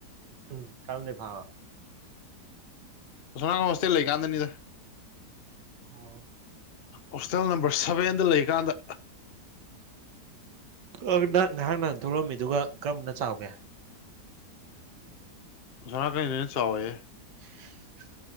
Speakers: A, on the right (about 75°); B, on the left (about 40°).
A: ꯎꯝ ꯀꯔꯝꯗꯤ ꯐꯥꯕ
B: ꯁꯅ ꯀꯣ ꯃꯁꯇ ꯂꯩ ꯀꯥꯟꯗꯅꯤꯗ
A: ꯑꯣ
B: ꯍꯣꯁꯇꯦꯜ ꯅꯝꯕꯔ ꯁꯚꯦꯟꯗ ꯂꯩꯀꯥꯟꯗ
A: ꯅ ꯉꯥꯏꯍꯥꯛ ꯅꯍꯥꯟ ꯊꯣꯛꯂꯝꯃꯤꯗꯨ ꯀꯔꯝꯅ ꯆꯥꯎꯒꯦ
B: ꯑꯣꯅ ꯀꯩꯅꯅꯦꯅ ꯆꯥꯎꯋꯦ
A: <inaudible>